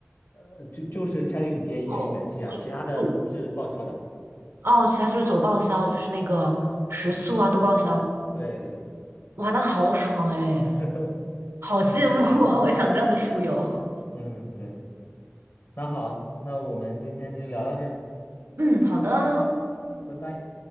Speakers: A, on the left (about 65°); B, on the right (about 80°).
A: 呃，就就是差旅补贴一千一百七啊，
B: 哦，
A: 其他的是报销的。
B: 不哦，其他就是走报销，就是那个食宿啊都报销，
A: 对对对，
B: 哇，那好爽哎。
A: <laughs>
B: 好羡慕啊！我也想这样子出游。
A: 嗯，对，那好，那我们今天就聊到这儿，
B: 嗯，好的，
A: 拜拜。